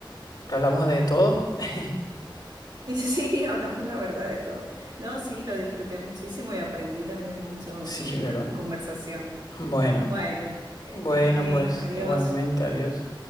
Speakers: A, on the left; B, on the right.
A: Hablamos de todo. <laughs>
B: Sí, hablamos la verdad de todo. No, sí, lo disfruté muchísimo y aprendí también mucho
A: Sí,
B: de,
A: ¿verdad?
B: de tu conversación.
A: Bueno,
B: Bueno, que
A: bueno,
B: que estés bien,
A: pues
B: adiós.
A: igualmente, adiós.